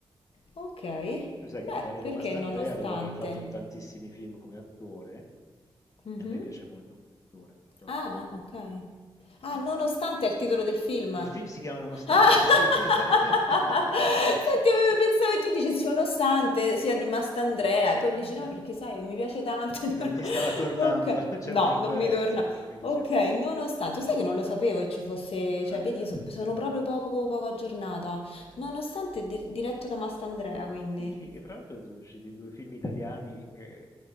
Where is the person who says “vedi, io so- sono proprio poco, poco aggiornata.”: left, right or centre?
Left